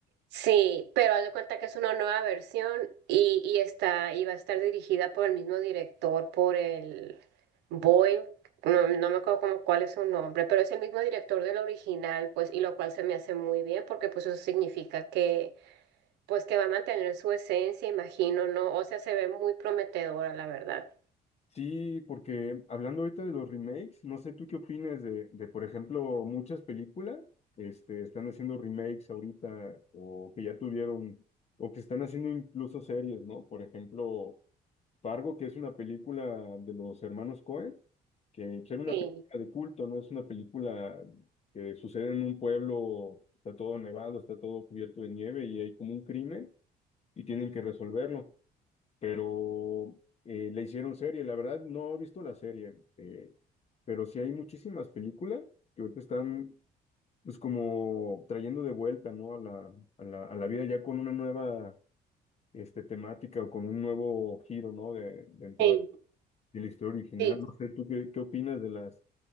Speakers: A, on the right; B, on the left.
A: Sí, pero haz de cuenta que es una nueva versión y, y está, y va a estar dirigida por el mismo director, por el Boyle, no, no me acuerdo como cuál es su nombre, pero es el mismo director del original, pues, y lo cual se me hace muy bien, porque pues eso significa que, pues que va a mantener su esencia, imagino, ¿no? O sea, se ve muy prometedora, la verdad.
B: Sí, porque hablando ahorita de los remakes, no sé tú qué opinas de, de, por ejemplo, muchas películas, este, están haciendo remakes ahorita, o que ya tuvieron, o que están haciendo incluso series, ¿no? Por ejemplo, Fargo, que es una película de los hermanos Coen, que, que era una
A: Sí,
B: película de culto, ¿no? Es una película que sucede en un pueblo, está todo nevado, está todo cubierto de nieve y hay como un crimen y tienen que resolverlo. pero eh, le hicieron serie. La verdad, no he visto la serie, eh, pero sí hay muchísimas películas que ahorita están, pues, como trayendo de vuelta, ¿no? A la, a la, a la vida ya con una nueva, este, temática o con un nuevo giro, ¿no? De, dentro
A: sí,
B: de, de la historia original.
A: sí,
B: No sé, ¿tú qué, qué opinas de las,